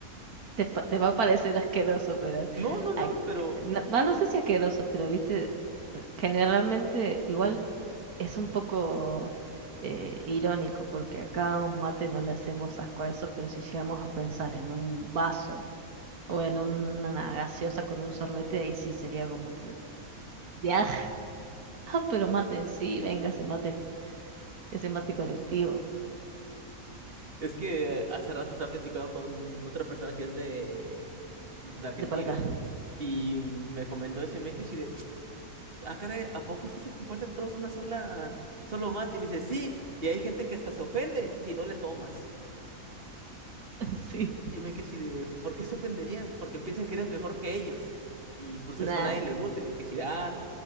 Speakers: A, on the right; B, on the right.
A: Te, pa- te va a parecer asqueroso, pero
B: No, no, no,
A: a-
B: pero
A: no, va, no sé si asqueroso, pero viste, generalmente igual es un poco eh, irónico, porque acá a un mate no le hacemos asco a eso, pero si llegamos a pensar en un vaso o en una gaseosa con un sorbete, ahí sí sería como que, ya, <laughs> pero mate en sí, venga ese mate, ese mate colectivo,
B: Es que eh, hace rato estaba platicando con otra persona que es de, pues, de Argentina
A: de para acá.
B: y me comentó eso y me quedé así de, ah, caray, ¿a poco sí se comparten todos una sola, solo mate? Y me dice, sí, y hay gente que hasta se ofende si no le tomas.
A: <laughs> Sí,
B: Y yo me quedé así de, ¿por qué se ofenderían? Porque piensan que eres mejor que ellos. Y pues
A: nada.
B: eso a nadie le gusta y me quedé así de, ah,